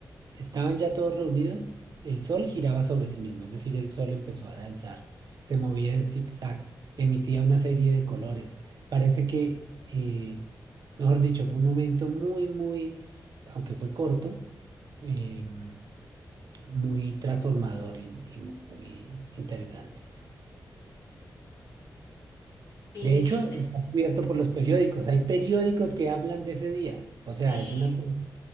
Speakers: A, on the right (about 65°); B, on the left (about 70°).
A: estaban ya todos reunidos, el sol giraba sobre sí mismo, es decir, el sol empezó a danzar, se movía en zigzag, emitía una serie de colores. Parece que, eh, mejor dicho, fue un momento muy, muy, aunque fue corto, em, muy transformador y, y muy interesante.
B: Sí,
A: De hecho,
B: qué interesante.
A: está cubierto por los periódicos. Hay periódicos que hablan de ese día. O
B: Sí,
A: sea, es una... cosa-